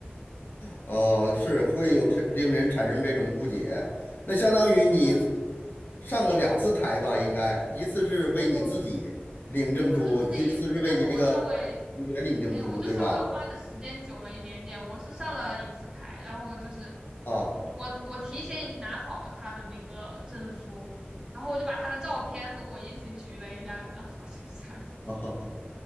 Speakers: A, on the left; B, on the right.
A: 哦，是会有这令人产生这种误解。那相当于你
B: 嗯
A: 上了两次台吧？应该一次是为你自己领证书，
B: 啊我我就是那一次，
A: 一次是为你这个同学领证书，
B: 但是我稍微没有，我就稍微花的时间久了一点点。
A: 对吧？
B: 我是上了一次台，然后我就是
A: 啊。
B: 我我我提前已经拿好了他的那个证书，然后我就把他的照片和我一起举了一下，然后我就下去，
A: <laughs> 啊哈哈，